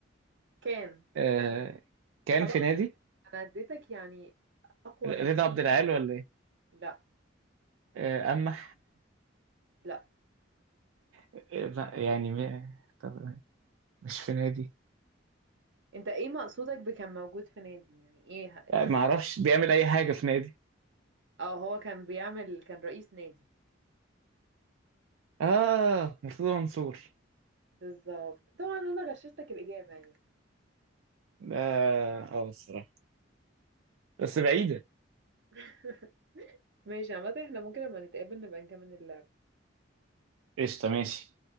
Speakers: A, on the right (about 65°); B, on the right (about 85°).
A: كان
B: آه... كان
A: خلاص
B: في نادي
A: انا اديتك يعني اقوى
B: ر-
A: هنا
B: رضا عبد العال ولا ايه؟
A: لا
B: آه... اما
A: لا
B: إيه بقى يعني م- طب مش في نادي
A: انت ايه مقصودك بكان موجود في نادي يعني ايه ه-
B: آه، ما اعرفش بيعمل اي حاجه في نادي
A: اه هو كان بيعمل كان رئيس نادي
B: اه مرتضى منصور
A: بالظبط طبعا انا غششتك الاجابة يعني
B: ده اه الصراحه بس بعيده
A: <laughs> ماشي عامة احنا ممكن لما نتقابل نبقى نكمل اللعب
B: قشطه ماشي